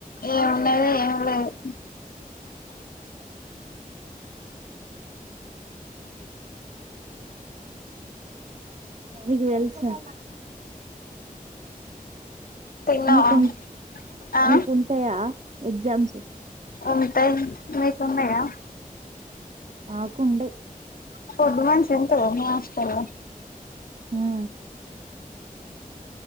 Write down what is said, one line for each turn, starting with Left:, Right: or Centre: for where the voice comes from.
Left: ఏం ఉన్నాది ఏం లేదు
Right: నీక్ తెలుసా
Left: తిన్నావా
Right: మీకున్
Left: ఆ
Right: మీకుంటాయా ఎగ్జామ్స్
Left: ఉంటాయి మీకు ఉన్నాయా
Right: ఆకు ఉండయ్
Left: ఫుడ్ మన్స్ ఉంటాయా మీ హాస్టల్ లో
Right: మ్మ్